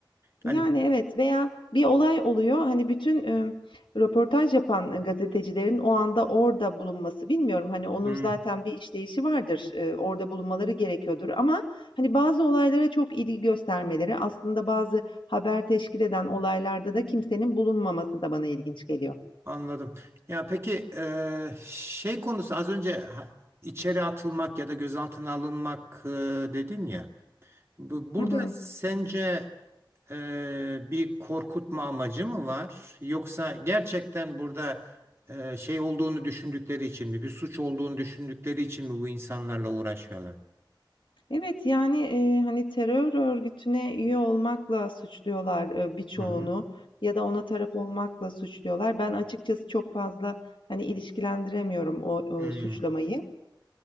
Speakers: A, on the right; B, on the left.
A: Hani
B: Yani, evet veya bir olay oluyor, hani, bütün, ımm, röportaj yapan gazetecilerin o anda orada bulunması, bilmiyorum, hani, onun
A: hmm,
B: zaten bir işleyişi vardır, eee, orada bulunmaları gerekiyordur ama, hani, bazı olaylara çok ilgi göstermeleri, aslında bazı haber teşkil eden olaylarda da kimsenin bulunmaması da bana ilginç geliyor.
A: anladım. Ya peki e, şey konusu az önce ha- içeri atılmak ya da gözaltına alınmak e, dedin ya. Bu- Burada
B: Hı hı.
A: sence e, bir korkutma amacı mı var? Yoksa gerçekten burada e, şey olduğunu düşündükleri için mi, bir suç olduğunu düşündükleri için mi bu insanlarla uğraşıyorlar?
B: Evet, yani, eee, hani, terör örgütüne üye olmakla suçluyorlar, eee, birçoğunu
A: Hı hı.
B: ya da ona taraf olmakla suçluyorlar. Ben açıkçası çok fazla, hani, ilişkilendiremiyorum o,
A: Hı
B: eee,
A: hı.
B: suçlamayı.